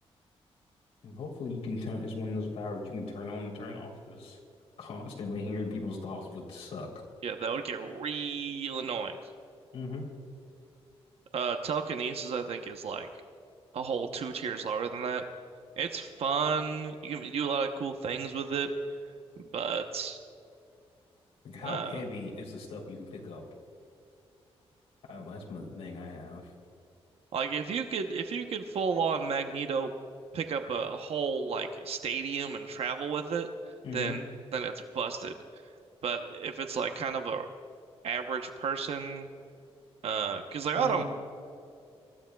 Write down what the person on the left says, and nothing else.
And hopefully you can turn it's one of those powers you can turn on and turn off because constantly hearing people's thoughts would suck.
hmm
Like, how
heavy is the stuff you can pick up? Uh, well, that's my thing I have.
hmm
Strength.